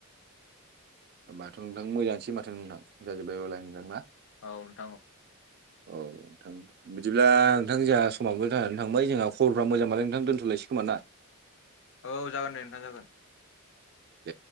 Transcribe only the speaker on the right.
माथ' नोंथां मोजानोसै माथो नोंथां जाजोब्बाय अलाय नोंथां।
औ। बिदिब्ला नोंथां जोंहा समावबो थानानै थांबाय जोंहा खबरफोरा मोजांबालाय नोंथां दोनथ'लायसै खोमा ना।
दे